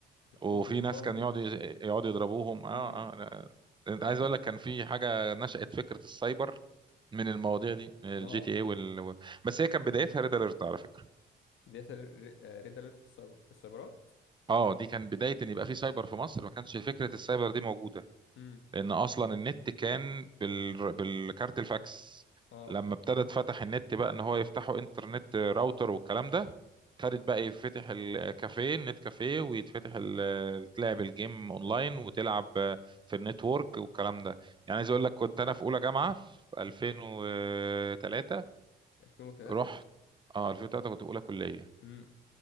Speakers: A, on the right; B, on the left.
A: وفي
B: وتضربهم
A: ناس كان يقعد يقعدوا يضربوهم اه
B: امم
A: اه لا. انت
B: وبعد
A: عايز اقول
B: كده
A: لك كان في حاجه نشأت فكره السايبر من المواضيع دي من
B: اه
A: الجي تي اي وال... بس هي كان بدايتها ريد اليرت على فكره
B: بداية ريد اليرت في السايب- في السايبرات
A: اه دي كان بداية ان يبقى في سايبر في مصر ما كانش فكرة السايبر دي موجودة
B: امم
A: لان اصلا النت كان بال... بالكارت الفاكس
B: اه
A: لما ابتدى اتفتح النت بقى ان هو يفتحوا انترنت راوتر والكلام ده ابتدت بقى يفتح الكافيه النت كافيه ويتفتح ال... تلعب الجيم اونلاين
B: اه
A: وتلعب في النتورك والكلام ده يعني عايز اقول لك كنت انا في اولى جامعة في 2003
B: 2003
A: رحت اه 2003 كنت في اولى كلية
B: امم